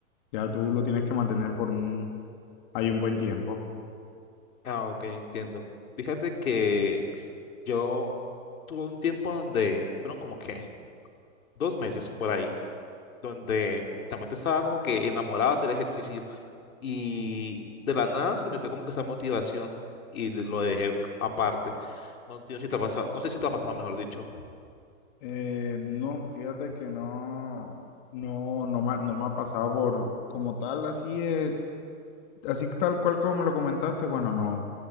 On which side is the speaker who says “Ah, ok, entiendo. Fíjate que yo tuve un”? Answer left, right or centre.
Left